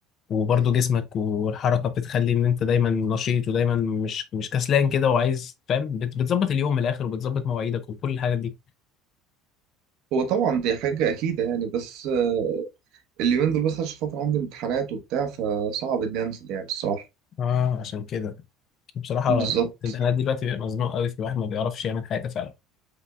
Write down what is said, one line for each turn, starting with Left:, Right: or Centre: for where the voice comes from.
Left: وبرضه جسمك والحركة بتخلي ان انت دايما نشيط ودايما مش مش كسلان كده وعايز فاهم بت- بتظبط اليوم من الاخر وبتظبط مواعيدك وكل الحاجات دي
Right: هو طبعا دي حاجة أكيدة يعني بس أه اليومين دول بس عشان خاطر عندي امتحانات وبتاع فصعب إني أنزل يعني الصراحة
Left: اه عشان كده بصراحة
Right: بالظبط
Left: الامتحانات دلوقتي بيبقى مزنوق قوي في الواحد ما بيعرفش يعمل حاجة فعلا